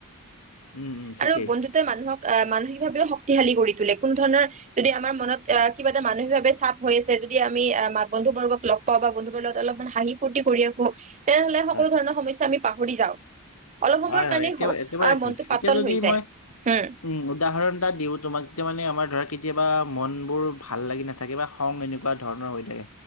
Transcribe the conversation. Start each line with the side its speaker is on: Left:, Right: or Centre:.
Left: উম উম ঠিকেই
Right: আৰু বন্ধুত মানুহক আহ মানসিক ভাৱও শক্তিশালী কৰি তোলে কোনো ধৰণৰ যদি আমাৰ মনত আহ কিবা এটা মানসিকভাৱে চাপ হৈ আছে যদি আমি বন্ধু বৰ্গক লগ পাওঁ বা বন্ধুবৰ্গ লগত অলপমান হাঁহি ফূুৰ্তি কৰি ৰাখো তেনেহলে সকলো
Left: হয়
Right: ধৰণৰ সমস্যা আমি পাহৰি যাওঁ অলপ সময়ৰ
Left: হয় হয়
Right: কাৰণেই
Left: একেব
Right: হওক
Left: একেবাৰে
Right: আমাৰ
Left: ঠিক
Right: মনটো পাতল
Left: এতিয়া যদি
Right: হৈ যায়
Left: মই
Right: হম
Left: উম উদাহৰণ এটা দিওঁ তোমাক এতিয়া মানে আমাৰ ধৰা কেতিয়াবা মন বোৰ ভাল লাগি নাথাকে বা খং এনেকুৱা ধৰণৰ হৈ থাকে